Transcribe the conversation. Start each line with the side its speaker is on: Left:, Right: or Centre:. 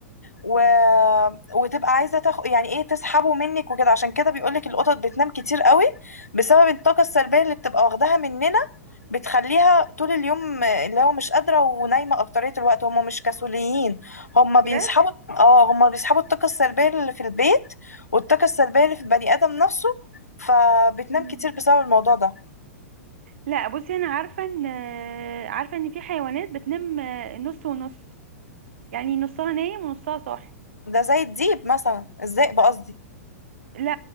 Left: و... وتبقى عايزه تاخد يعني ايه تسحبه منك وكده عشان كده بيقولك القطط بتنام كتير قوي بسبب الطاقه السلبيه اللي بتبقى واخداها مننا بتخليها طول اليوم اللي هو مش قادره ونايمه اكتريه الوقت هم مش كسوليين هم
Right: بجد؟
Left: بيسحبوا اه هم بيسحبوا الطاقه السلبيه اللي في البيت والطاقه السلبيه اللي في البني ادم نفسه فبتنام
Right: مم.
Left: كتير بسبب الموضوع ده
Right: لا بصي أنا عارفة إن آه، عارفة إن في حيوانات بتنام آه، نص ونص يعني نصها نايم ونصها صاحي
Left: ده زي الديب مثلا الذئب قصدي
Right: لا